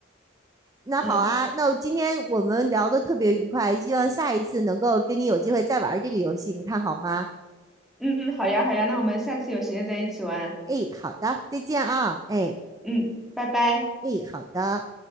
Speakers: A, on the right; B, in the centre.
A: 那好啊，
B: <laughs> 嗯
A: 那今天我们聊的特别愉快，希望下一次能够跟你有机会再玩这个游戏，你看好吗？
B: 嗯，好呀好呀，那我们下次有时间再一起玩。
A: 哎，好的，再见啊，哎
B: 嗯，拜拜。
A: 哎，好的。